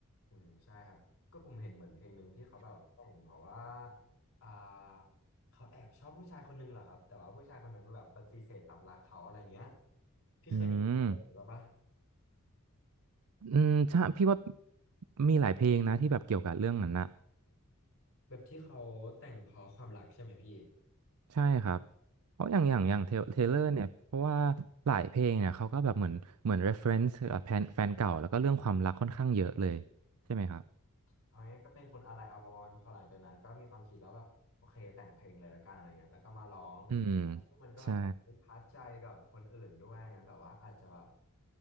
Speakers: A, on the left; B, on the right.
A: อืมใช่ครับก็ผมเห็นเหมือนเพลงหนึ่งที่เขาแบบแต่งเพราะว่าอ่าเขาแอบชอบผู้ชายคนหนึงเหรอครับแต่ว่าผู้ชายคนนั้นแบบปฏิเสธรับรักเขาอะไรเงี้ยพี่เคยได้ยินอะไรแบบนี้ปะ
B: อืมอืมใช่พี่ว่ามีหลายเพลงนะที่แบบเกี่ยวกับเรื่องนั้นนะ
A: แบบที่เขาแต่งเพราะความรักใช่ไหมพี่
B: ใช่ครับ เพราะอย่างอย่างอย่างเทเทเลอร์เนี่ยเพราะว่า
A: ใช่
B: หลายเพลงเนี่ยเขาก็แบบเหมือนเหมือน reference กับแฟนแฟนเก่าแล้วก็เรื่องความรักค่อนข้างเยอะเลยใช่ไหมครับ
A: เอางี้ก็เป็นคนอะไรอาวรณ์พอหลังจากนั้นก็มีความคิดแล้วก็โอเคแต่งเพลงเลยแล้วกันอะไรเงี้ยแล้วก็มาร้องแล้วพวกมันก็แบบไปทัชใจกับคนอื่นด้วยนะแบบว่าอาจจะแบบ
B: อืมใช่